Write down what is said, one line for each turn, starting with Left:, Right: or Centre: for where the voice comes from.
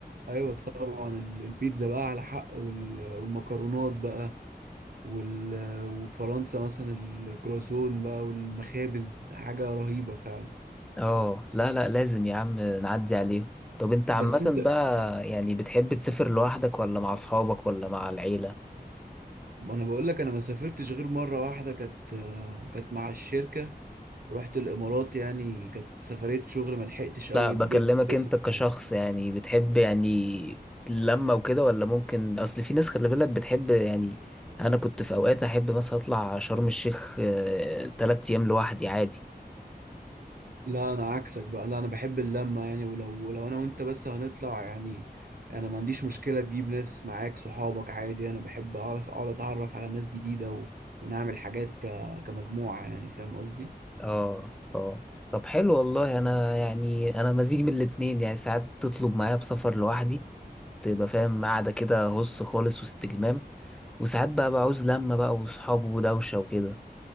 Right: ايوه طبعا ال- البيتزا بقى على حق وال- والمكرونات بقى وال- وفرنسا مثلا الكرواسون بقى والمخابز حاجه رهيبه فعلا
Centre: اه لا لا لازم يا عم نعدي عليهم طب انت عامة
Right: طب بس طب انت
Centre: بقى يعني بتحب تسافر لوحدك ولا مع اصحابك ولا مع العيلة
Right: ما انا بقول لك انا ما سافرتش غير مره واحده كانت كانت مع الشركه ورحت الامارات يعني كانت سفريه شغل ما لحقتش
Centre: لا
Right: قوي
Centre: بكلمك
Right: اتبسط
Centre: انت كشخص
Right: يعني
Centre: يعني بتحب يعني لما وكده ولا ممكن اصل في ناس خلي بالك بتحب يعني انا كنت في اوقات احب مثلا اطلع شرم الشيخ آه، تلات ايام لوحدي عادي
Right: لا انا عكسك بقى لا انا بحب اللمه يعني ولو لو انا وانت بس هنطلع يعني انا ما عنديش مشكله تجيب ناس معاك صحابك عادي انا بحب اعرف اقعد اتعرف على ناس جديده و... ونعمل حاجات ك... كمجموعه يعني فاهم قصدي
Centre: اه اه طب حلو والله انا يعني انا مزيج من الاتنين يعني ساعات تطلب معايا بسفر لوحدي تبقى فاهم قاعدة كده هص خالص واستجمام وساعات بقى بعوز لمة بقى وصحاب ودوشة وكده